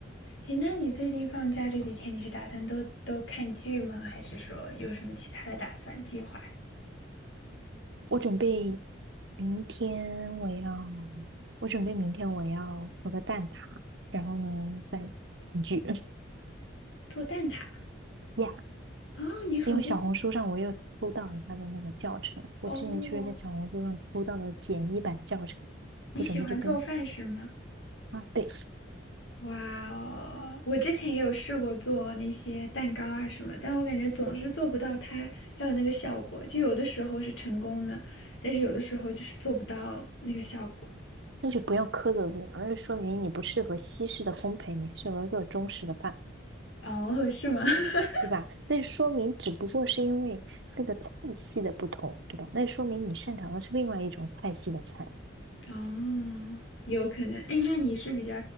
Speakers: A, on the left (about 80°); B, on the right (about 65°).
A: 诶，那你最近放假这几天，你是打算都都看剧吗？还是说有什么其他的打算计划？
B: 我准备明天我要，我准备明天我要烤个蛋挞，然后呢再一句
A: 做蛋挞？
B: <laughs> 呀，
A: 哦，你很会做
B: 因为小红书上我又偷到了他的那个教程，我之前就是在小红书上偷到了简易版教程，
A: 哦，你喜欢做饭是吗？
B: 我准备就跟啊对，
A: 哇哦，我之前也有试过做那些蛋糕啊什么，但我感觉总是做不到它要有那个效果。就有的时候是成功的，但是有的时候就是做不到那个效果。
B: 那就不要苛责自己了，那就说明你不适合西式的烘焙，你适合做中式的饭，
A: 哦，是吗？<laughs>
B: 对吧？那说明只不过是因为那个菜系的不同，对吧？那说明你擅长的是另外一种菜系的菜。
A: 哦，有可能。哎，那你是比较